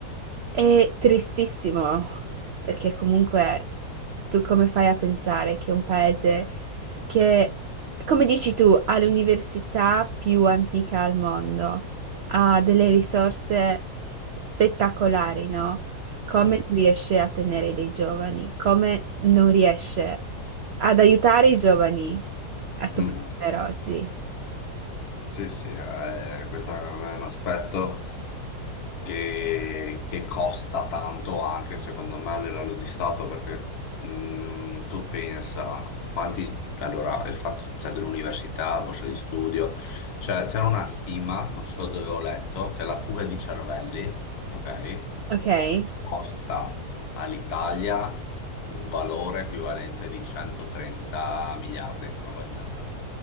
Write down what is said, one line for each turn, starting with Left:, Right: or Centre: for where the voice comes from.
Right: È tristissimo, perché comunque tu come fai a pensare che un paese che, come dici tu, ha l'università più antica al mondo, ha delle risorse spettacolari, no? Come
Left: Certo.
Right: non riesce a tenere dei giovani? Come non riesce ad aiutare i giovani a sopravvivere
Left: Mm,
Right: oggi?
Left: Sì, sì, eh, questo è un aspetto. che, che costa tanto anche secondo me a livello di Stato perché mm, tu pensa quanti, allora il fatto cioè, dell'università, borsa di studio, cioè c'era una stima, non so dove ho letto, che la fuga di cervelli, ok,
Right: Ok?
Left: costa all'Italia un valore equivalente di 130 miliardi, una roba del genere.